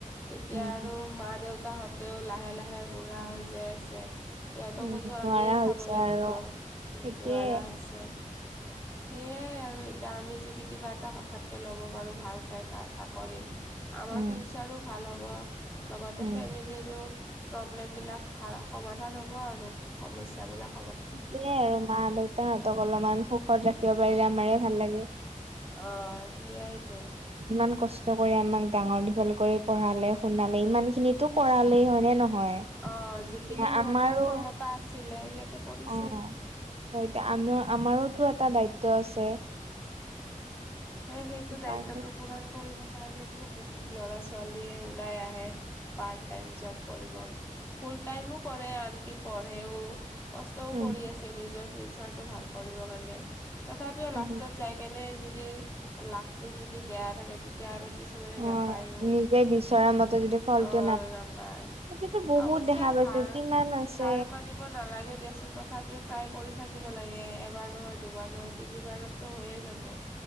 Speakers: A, on the left; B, on the right.
A: এতিয়া
B: উম
A: আৰু মা, দেউতা- হতেও লাহে লাহে বুঢ়া হৈ যাই আছে। সিহঁতকো
B: উম
A: তো
B: নোৱাৰা
A: আমিয়ে
B: হৈছে
A: চাব লাগিব
B: আৰু সেইটোয়ে
A: নোৱাৰা হৈছে। সেয়াই আৰু এতিয়া আমি যদি কিবা এটা হঠাৎ কে ল'ব পাৰো ভাল চাই এটা চাকৰি। আমাৰ
B: উম
A: ফিউচাৰো ভাল হ'ব লগতে
B: উম
A: হাইবালিটো প্ৰব্লেম বিলাক ভাল সমাধান হ'ব আৰু সমস্যা বিলাক।
B: সেইয়াই আৰু মা, দেউতা হ'তক অলপমান সুখত ৰাখিব পাৰিলে আমাৰ ভাল লাগে।
A: অঁ সেইয়াই টো।
B: ইমান কষ্ট কৰি আমাক ডাঙৰ দীঘল কৰি পঢ়ালে, শুনালে ইমান খিনিটো কৰালে হয় নে' নহয়।
A: অঁ যিখিনি
B: এতিয়া
A: সিহঁতে
B: আমাৰো
A: ক্ষমতা আছিলে সিহঁতে কৰিছে।
B: অ এতিয়া আমাৰো তো এটা দায়িত্ব আছে।
A: সেই সেইটো
B: সেইকাৰণে
A: দায়িত্বটো পূৰণ কৰিব- কাৰণেটো বহুত লৰা-ছোৱালিয়ে ওলাই আহে পাৰ্ট টাইম জব কৰিব। ফুল টাইমো কৰে আনকি পঢ়েও। কষ্টও
B: উম
A: কৰি আছে নিজৰ ফিউচাৰ টো ভাল কৰিব কাৰণে তথাপিও
B: উম
A: লাষ্ট- যাই কেনি যদি লাখটো যদি বেয়া থাকে তেতিয়া আৰু- কিছুমানে
B: অ
A: নাপায়ো
B: নিজে বিচৰা মতে যদি ফলটো
A: অঁ নাপায়।
B: সেইটোতো বহুত
A: অৱশ্য
B: দেখা পাইছো
A: সাৰ
B: কিমান আছে
A: সাৰ মানিব নালাগে দিয়াচোন তথাপিও- ট্ৰাই কৰি থাকিব লাগে এবাৰ নহয় দুবাৰ নহয় তিনিবাৰতো হৈয়ে যাব।